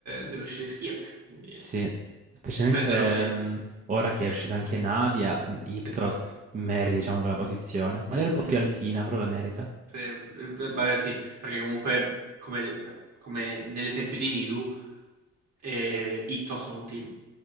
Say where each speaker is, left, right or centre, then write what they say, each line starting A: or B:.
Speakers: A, on the right; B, on the right.
A: deve uscire Skirk. Quindi
B: Sì, specialmente
A: prenderò
B: ehm,
A: lei.
B: ora che
A: <laughs>
B: è uscita anche Navia, Itto
A: Esatto.
B: merita, diciamo, quella posizione. Magari
A: Mhm.
B: un po' più altina, però la merita.
A: Sì, eh, beh, Vabbè, sì, perché comunque, come, come nell'esempio di Nilu. e Ito sono un team.